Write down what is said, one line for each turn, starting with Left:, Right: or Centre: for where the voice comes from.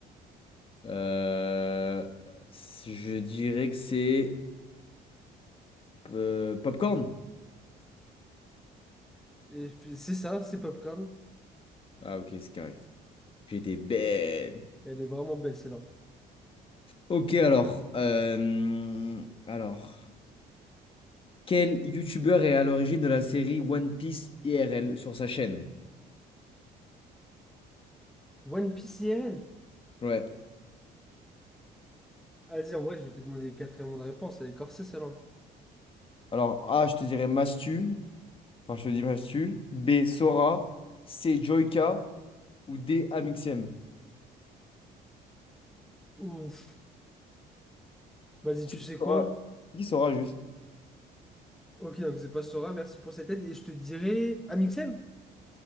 Left: Euh, je dirais que c'est euh, Popcorn.
Centre: Et f- C'est ça, c'est Popcorn.
Left: Ah ok, c'est carré. J'étais bête.
Centre: Elle est vraiment belle celle-là.
Left: Ok, alors, euh, alors, quel youtubeur est à l'origine de la série One Piece IRL sur sa chaîne?
Centre: One Piece IRL?
Left: Ouais.
Centre: Vas-y, en vrai, je vais te demander les quatre éléments de réponse. Elle est corsée, celle-là.
Left: Alors A, je te dirais Mastu. Enfin, je te dis Mastu. B, Sora. C, Joyka. Ou D, Amixem.
Centre: Ouf. Vas-y,
Left: C'est
Centre: tu
Left: qui
Centre: sais quoi?
Left: Sora? C'est qui Sora juste?
Centre: Ok, donc c'est pas Sora. Merci pour cette aide. Et je te dirai... Amixem?